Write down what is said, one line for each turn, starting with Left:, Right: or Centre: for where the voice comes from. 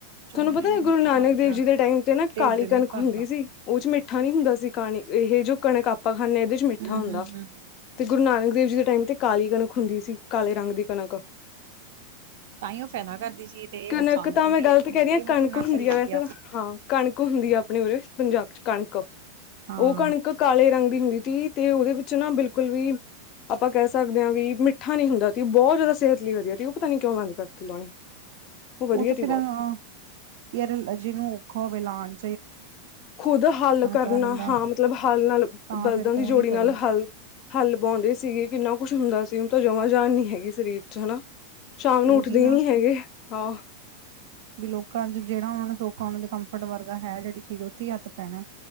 Right: ਚੌਲ
Left: ਤੁਹਾਨੂੰ ਪਤਾ
Right: ਜਿੰਨੇ ਮਰਜੀ
Left: ਗੁਰੂ ਨਾਨਕ
Right: ਬਣ
Left: ਦੇਵ
Right: ਜਾਣ
Left: ਜੀ ਦੇ ਟਾਈਮ ਤੇ ਨਾ
Right: ਢਿੱਡ
Left: ਕਾਲੀ ਕਣਕ
Right: ਨੀ ਭਰਦਾ
Left: ਹੁੰਦੀ ਸੀ ਉਹ ਚ ਮਿੱਠ ਮਿੱਠਾ ਨੀ ਹੁੰਦਾ ਸੀ ਕਾਣੀ। ਇਹ ਜੋ ਕਣਕ ਆਪਾਂ ਖਾਂਦੇ ਹਾਂ ਇਹਦੇ ਚ ਮਿੱਠਾ
Right: ਹੂੰ
Left: ਹੁੰਦਾ
Right: ਹੂੰ ਹੂੰ ਹੂੰ
Left: ਤੇ ਗੁਰੂ ਨਾਨਕ ਦੇਵ ਜੀ ਦੇ ਟਾਈਮ ਤੇ ਕਾਲੀ ਕਣਕ ਹੁੰਦੀ ਸੀ ਕਾਲੇ ਰੰਗ ਦੀ ਕਣਕ। <inaudible>
Right: ਤਾਂ ਹੀ ਉਹ ਫਾਇਦਾ ਕਰਦੀ ਸੀ ਤੇ
Left: ਕਨਕ
Right: ਇਹ ਨੁਕਸਾਨ
Left: ਤਾਂ
Right: ਦਿੰਦੀ
Left: ਮੈਂ ਗਲਤ
Right: ਹੈ ਤੇ
Left: ਕਹਿ
Right: ਮਿੱਠਾ
Left: ਰਹੀ ਹਾਂ
Right: ਹੀ ਮਿੱਠੇ
Left: ਕਣਕ
Right: ਨਾਲ
Left: ਹੁੰਦੀ
Right: ਭਰੀ
Left: ਆ
Right: ਗਈ
Left: ਵੈਸੇ ਤਾਂ। ਹਾਂ, ਕਣਕ ਹੁੰਦੀ ਆਪਣੇ ਉਰੇ ਪੰਜਾਬ ਚ ਕਣਕ
Right: ਹਾਂ
Left: ਉਹ ਕਣਕ ਕਾਲੇ ਰੰਗ ਦੀ ਹੁੰਦੀ ਤੀ ਤੇ ਉਹਦੇ ਵਿੱਚ ਨਾ ਬਿਲਕੁਲ ਵੀ ਆਪਾਂ ਕਹਿ ਸਕਦੇ ਹਾਂ ਵੀ ਮਿੱਠਾ ਨੀ ਹੁੰਦਾ ਸੀ ਬਹੁਤ ਜ਼ਿਆਦਾ ਸਿਹਤ ਲੀ ਵਧੀਆ। ਤ ਉਹ ਪਤਾ ਨੀ ਕਿਉਂ ਬੰਦ ਕਰਤੀ ਲਾਉਣੀ। ਵਧੀਆ
Right: ਉਹ ਤੇ ਫਿਰ
Left: ਸੀ ਬਹੁਤ
Right: ਅ ਆਂ, ਯਾਰ ਜਿਹਨੂੰ ਔਖਾ ਹੋਵੇ ਲਉਣ।
Left: ਖੁਦ ਹੱਲ ਕਰਨਾ,
Right: ਕਰਨ ਦਾ
Left: ਹਾਂ ਮਤਲਬ ਹੱਲ ਨਾਲ ਬਲਦਾਂ
Right: ਤਾਂ ਫਿਰ
Left: ਦੀ
Right: ਕੌਣ
Left: ਜੋੜੀ
Right: ਹੀ ਕਰੂ
Left: ਨਾਲ ਹੱਲ ਹੱਲ ਬਵਾਉਂਦੇ ਸੀਗੇ। ਕਿੰਨਾ ਕੁਛ ਹੁੰਦਾ ਸੀ ਉਹ ਤਾਂ ਜਮਾਂ ਜਾਣ ਨੀ ਹੈਗੀ ਸਰੀਰ ਚ ਹਨਾ ਸ਼ਾਮ ਨੂੰ
Right: ਉਹੀ
Left: ਉੱਠਦੇ
Right: ਨਾ
Left: ਹੀ ਨੀ ਹੈਗੇ ਹਾਂ
Right: ਵੀ ਲੋਕਾਂ ਚ ਜਿਹੜਾ ਉਹ ਨੇ ਸੌਖਾ ਉਹਨਾ ਦੇ ਕੰਫਰਟ ਵਰਗਾ ਹੈ ਜਿਹੜੀ ਚੀਜ਼ ਉੱਥੇ ਹੀ ਹੱਥ ਪੈਣਾ